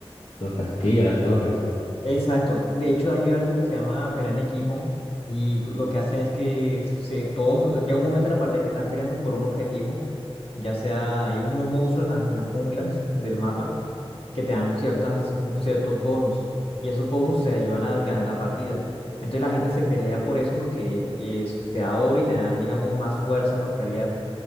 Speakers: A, on the left; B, on the left.
A: los castillos, las torres.
B: Exacto. De hecho, hay algo que se llama pelea en equipo y lo que hacen es que se, todos, llega un momento en la partida que están peleando por un objetivo, ya sea hay unos monstruos en las, en las junglas del mapa que te dan ciertas, ciertos bonus y esos bonus te ayudan a ganar la partida. Entonces la gente se pelea por eso porque es- te da oro y te dan, digamos, más fuerza para pelear.